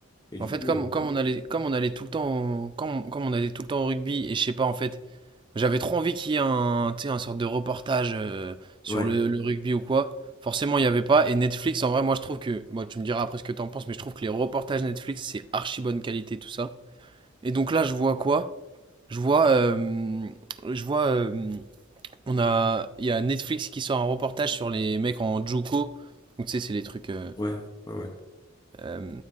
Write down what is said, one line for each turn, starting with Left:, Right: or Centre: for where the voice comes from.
Left: et du
Right: En fait,
Left: coup
Right: comme comme
Left: euh,
Right: on allait, comme on allait tout le temps, au- comme comme on allait tout le temps au rugby et je sais pas en fait, j'avais trop envie qu'il y ait un, tu sais, un sorte de reportage euh, sur
Left: ouais
Right: le, le rugby ou quoi. Forcément, il y avait pas. Et Netflix, en vrai, moi je trouve que, moi tu me diras après ce que t'en penses, mais je trouve que les reportages Netflix c'est archi bonne qualité tout ça. Et donc là, je vois quoi? Je vois, euh, je vois, euh, on a, il y a Netflix qui sort un reportage sur les mecs en JUCO. Donc, tu sais, c'est les trucs, euh,
Left: ouais ouais
Right: euh,